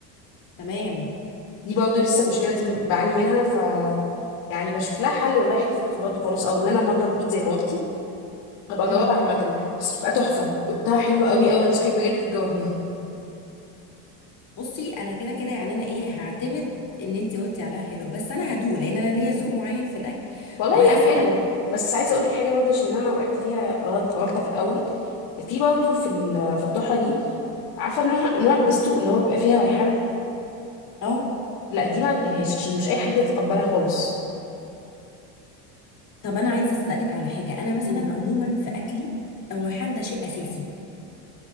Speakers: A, on the left; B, on the left.
A: تمام
B: دي برضو لسه المشكله دي بعاني منها ف يعني بشوف لها حل والله حته في الخبرات وخلاص او ان انا مضرب بايد زي ما قلتي هبقى
A: مم.
B: اجاوبها عامه بس بتبقى تحفه دقتها حلوه قوي قوي انصحك بجد تجاوبيها
A: بصي أنا كده كده يعني أنا إيه هعتمد إن أنت قلتي عليها حلوة بس أنا هدوق لأن أنا ليا ذوق معين في الأكل
B: والله
A: وبحس
B: لا حلوه
A: الأكل
B: بس عايزه اقول لك حاجه برضه عشان انا وقعت فيها غلط غلطه في الاول في برضه في ال- في الضحى دي عارفه نوع نوع البيستو اللي هو بيبقى فيها ريحان
A: أه
B: لا دي ما تجيبهاش عشان مش اي حد يتقبلها خالص
A: طب أنا عايزة أسألك على حاجة أنا مثلا
B: مم.
A: عموما في أكلي الريحان ده شيء أساسي